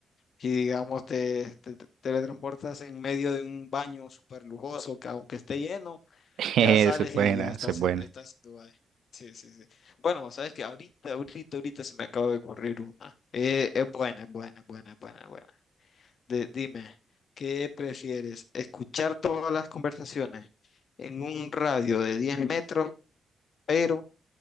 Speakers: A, on the left (about 45°); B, on the right (about 75°).
A: y digamos te, te- te teletransportas en medio de un baño súper lujoso que aunque esté lleno,
B: <laughs>
A: ya
B: Esa
A: sales
B: es buena,
A: y ya estás,
B: esa es buena.
A: en- estás en Dubái. Sí, sí, sí. Bueno, sabes que ahorita, ahorita, ahorita se me acaba de ocurrir una. Eh, es buena, es buena, es buena, es buena, es buena. De- dime, ¿qué prefieres? ¿Escuchar todas las conversaciones en un radio de diez metros? pero